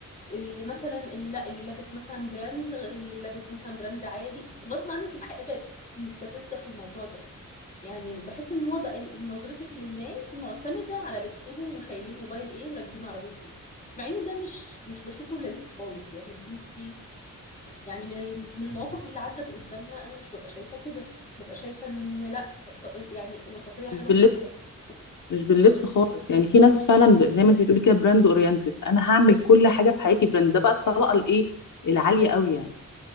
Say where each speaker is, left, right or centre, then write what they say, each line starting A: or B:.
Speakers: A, on the left; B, on the left.
A: اللي مثلا اللي لا اللي لابس مثلا براند غير اللي لابس مثلا براند عادي غصب عنك الحياه بقت مستفزه في الموضوع ده يعني بحس ان هو بقى نظرتك للناس معتمده على لبسهم وشايلين موبايل ايه وراكبين عربيه ايه مع ان ده مش مش بشوفه لذيذ خالص يعني انت يعني من الم- من المواقف اللي عدت قدامنا انا مش ببقى شايفه كده ببقى شايفه ان لا الط- يعني الوسطيه حلوه
B: مش باللبس
A: في كل حاجه
B: مش باللبس
A: بالظبط
B: خالص يعني في ناس فعلا ب- زي ما انت بتقولي كده براند اورينتد انا هعمل كل حاجه في حياتي براند ده بقى الطبقه الايه العاليه قوي يعني